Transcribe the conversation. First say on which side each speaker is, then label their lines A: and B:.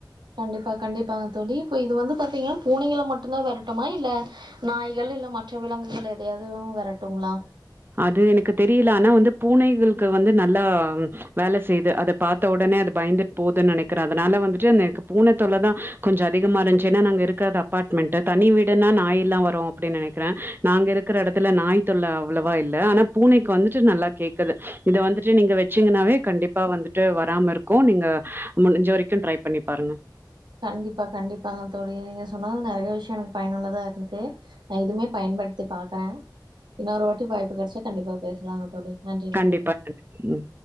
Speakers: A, on the right; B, on the right.
A: கண்டிப்பா கண்டிப்பாங்க தோழி இப்ப இது வந்து பாத்தீங்கன்னா பூனைங்களை மட்டும்தான் விரட்டுமா இல்ல நாய்கள் இல்ல மற்ற விலங்குகள் எதையாவதுவும் விரட்டும்ங்களா
B: அது எனக்கு தெரியல ஆனா வந்து பூனைகளுக்கு வந்து நல்லா வேல செய்து அத பாத்த ஒடனே அது பயந்துட்டு போதுன்னு நினைக்கிறே அதனால வந்துட்டு எனக்கு பூனை தொல்ல தா கொஞ்சோ அதிகமா இருந்துச்சு ஏன்னா நாங்க இருக்கது அப்பார்ட்மெண்ட்டு தனி வீடுனா நாயெல்லா வரு அப்டின்னு நெனைக்கிறே நாங்க இருக்கிற எடத்துல நாய் தொல்ல அவ்ளவா இல்ல ஆனா பூனைக்கு வந்துட்டு நல்லா கேக்குது இத வந்துட்டு நீங்க வச்சீங்கன்னாவே கண்டிப்பா வந்துட்டு வராம இருக்கு நீங்க முடிஞ்ச வரைக்கு ட்ரை பண்ணி பாருங்க
A: கண்டிப்பா கண்டிப்பாங்க தோழி நீங்க சொன்னது நறையா விஷயோ எனக்கு பயனுள்ளதா இருந்துச்சு நா இதுமே பயன்படுத்தி பாக்குறே இன்னொரு வாட்டி வாய்ப்பு கிடைச்சா கண்டிப்பா பேசலாம்ங்க தோழி நன்றிங்க
B: கண்டிப்பா
A: தோழி.
B: சிஸ்டர்